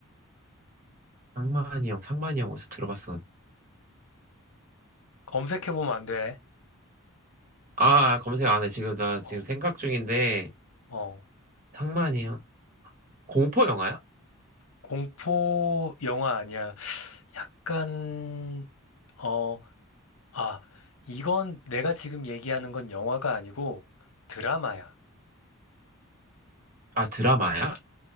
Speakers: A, on the right (about 35°); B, on the left (about 70°).
A: 상만이 형, 상만이 형 어디서 들어봤어?
B: 검색해보면 안 돼.
A: 아, 검색 안 해. 지금 나
B: 어.
A: 지금 생각 중인데,
B: 어.
A: 상만이 형. 공포 영화야?
B: 공포 영화 아니야. 약간, 어, 아, 이건 내가 지금 얘기하는 건 영화가 아니고 드라마야.
A: 아, 드라마야?